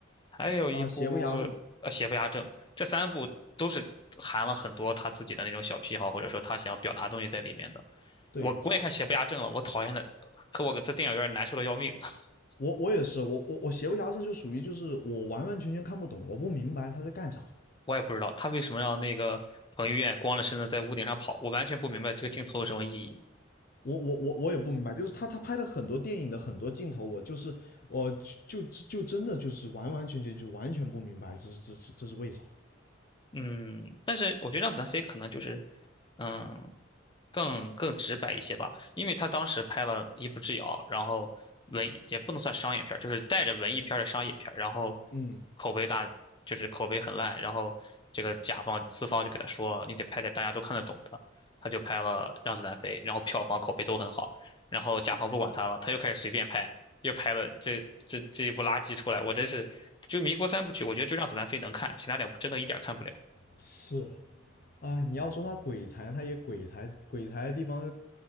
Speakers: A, on the left; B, on the left.
A: 还有一部呃《邪不压正》。
B: 啊，邪不压正，
A: 这三部都是含了很多他自己的那种小癖好，或者说他想表达东西在里面的。
B: 对他，
A: 我我也看《邪不压正》了，我讨厌的，可我在电影院难受的要命。<laughs>
B: 我我也是，我我我邪不压正就属于就是我完完全全看不懂，我不明白他在干啥，
A: 我也不知道他为什么让那个彭于晏光着身子在屋顶上跑，我完全不明白这个镜头有什么意义。
B: 我我我我也不明白，就是他他拍了很多电影的很多镜头，我就是我就就就真的就是完完全全就完全不明白这是这是这是为啥？
A: 嗯，但是我觉得让子弹飞可能就是，嗯，更更直白一些吧，因为他当时拍了《一步之遥》，然后文艺也不能算商业片儿就是带着文艺片儿的商业片儿然后
B: 嗯，
A: 口碑大，就是口碑很烂，然后这个甲方资方就给他说，你得拍点大家都看得懂的，他就拍了《让子弹飞》，然后票房口碑都很好，然后甲方不管他了，他又开始随便拍，又拍了这这这一部垃圾出来，我真是，就民国三部曲，我觉得就《让子弹飞》能看，其他两部真的一点儿看不了。
B: 是，哎，你要说他鬼才，他也鬼才，鬼才的地方